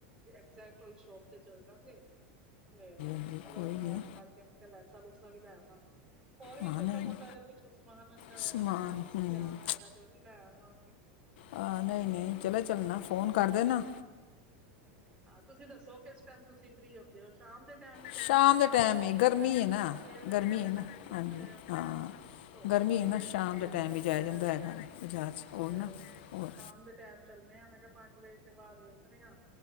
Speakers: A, on the right; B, on the left.
A: ਐਗਜੈਕਟ ਉਹੀ ਸ਼ੋਪ ਤੇ ਚੱਲ ਜਾਗੇ ਤੇ
B: ਹਾਂਜੀ
A: ਕਲਰ
B: ਕੋਈ ਨਹੀਂ
A: ਮੈਚ ਕਰਕੇ ਮੈਂ ਕਿਹਾ ਲੈਸਾ ਲੂਸਾ ਵੀ ਲੈਵਾਂਗੇ ਹੋਰ ਵੀ
B: ਹਾਂ
A: ਛੋਟਾ
B: ਨਹੀਂ
A: ਮੋਟਾ
B: ਨਹੀਂ,
A: ਜਿਹਾ ਕੁੱਛ ਸਮਾਨ ਮੈ
B: ਸਮਾਨ
A: ਧਿਆਨ
B: ਹੂੰ
A: ਆਏਗਾ, ਤੇ ਉਹ ਵੀ ਲੈ ਆਵਾਂਗੇ
B: ਹਾਂ ਨਹੀਂ
A: ਔਰ
B: ਨਹੀਂ ਚਲੇ ਚੱਲਣਾ, ਫੋਨ ਕਰ ਦੇ ਨਾ
A: ਹਾਂ ਤੁਸੀਂ ਦੱਸੋ ਕਿਸ ਟਾਈਮ ਤੁਸੀਂ ਫ੍ਰੀ ਹੁੰਦੇ ਹੋ ਸ਼ਾਮ ਦੇ ਸ਼ਾਮ ਦੇ ਟਾਈਮ ਹੀ ਚੱਲਾਂਗੇ
B: ਸ਼ਾਮ
A: ਕਿਉਂਕਿ
B: ਦੇ ਟਾਈਮ
A: ਗਰਮੀ
B: ਹੈ
A: ਇਸ ਟਾਈਮ
B: ਹੈ ਨਾ
A: ਸਵੇਰ ਵੇਲੇ
B: ਗਰਮੀ
A: ਤਾਂ
B: ਹੈ ਨਾ
A: ਵੈਸੇ ਹੀ ਨੀ ਨਿਕਲਿਆ
B: ਹਾਂਜੀ
A: ਜਾਂਦਾ
B: ਹਾਂ
A: ਧੂਪ
B: ਗਰਮੀ
A: ਇਨੀ
B: ਹੈ
A: ਤੇਜ਼
B: ਨਾ ਸ਼ਾਮ
A: ਹੁੰਦੀ
B: ਦੇ
A: ਹੈ
B: ਟਾਈਮ
A: ਫੇਰ ਦੁਪਹਿਰੇ,
B: ਹੀ ਜਾਇਆ ਜਾਂਦਾ ਹੈਗਾ ਵੇ ਬਾਜ਼ਾਰ 'ਚ ਹੋਰ
A: ਤੇ
B: ਨਾ
A: ਸ਼ਾਮ
B: ਹੋਰ
A: ਵਿੱਚ ਟਾਈਮ ਚੱਲਣੇ ਆ ਮੈਂ ਕਿਹਾ ਪੰਜ ਵਜੇ ਤੋਂ ਬਾਅਦ ਵੇਖਣੇ ਆਾਂ